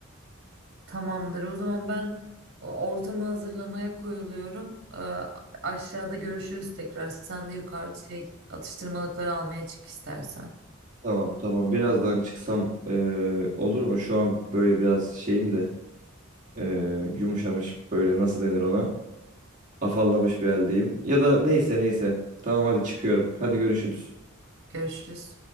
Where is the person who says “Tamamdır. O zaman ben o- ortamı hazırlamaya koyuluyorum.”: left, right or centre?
Right